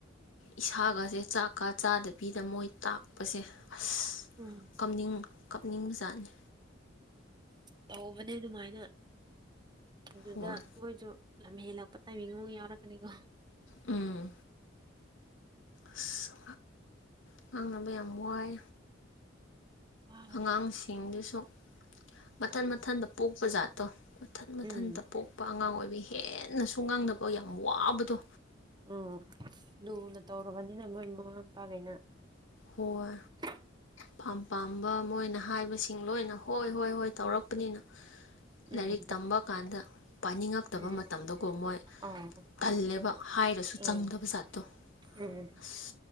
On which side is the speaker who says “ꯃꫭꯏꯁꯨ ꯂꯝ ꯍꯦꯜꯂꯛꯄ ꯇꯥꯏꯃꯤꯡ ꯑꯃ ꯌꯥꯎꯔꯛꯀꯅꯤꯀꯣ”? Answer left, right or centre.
Right